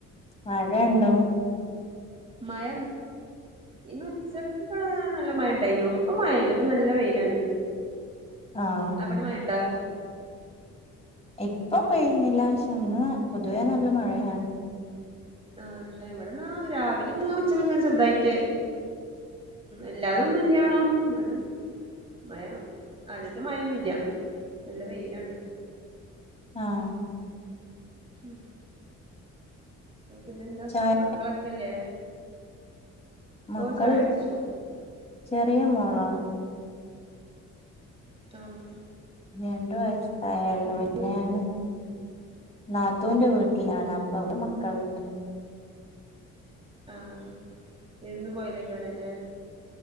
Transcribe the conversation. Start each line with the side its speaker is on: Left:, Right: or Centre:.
Left: മഴ ഉണ്ടോ
Right: മഴ ഇന്ന് ഉച്ചക്ക് നല്ല മഴ ഇണ്ടായിന ഇപ്പം മഴയില്ല ഇപ്പൊ നല്ല വെയിലാണ്
Left: ആഹ്
Right: അവിടെ മഴ ഉണ്ടോ
Left: ഇപ്പൊ പെയ്യുന്നില്ല പക്ഷെ ഇന്ന് പൊതുവേ നല്ല മഴയാണ്
Right: ആണല്ലേ എവിടെന്നാ രാവിലെ ഉച്ചക്ക് എങ്ങനെ ചെറുതായിട്ട് എല്ലാതൊന്നും ഇല്ലണോ എന്നാലും മഴ ആദ്യത്തെ മഴയൊന്നും ഇല്ല നല്ല വെയിലാണ്
Left: ആഹ
Right: ഉം പിന്നെന്താ
Left: ചായ
Right: മക്കളൊക്കെല്ലേ
Left: മക്കള്
Right: ഓ ചായ കുടിച്ചു
Left: ചെറിയ മോളാണ്
Right: ആഹ
Left: രണ്ടു വയസത്തായേള്ളു
Right: മോൾക്ക്
Left: എന്നെയാണ് നാത്തൂന്റെ വീട്ടിലാണ് അപ്പൊ ഇവിടെ മക്കളുണ്ട്
Right: ആഹ ഇരുന്ന് പോയതേക്കറല്ലേ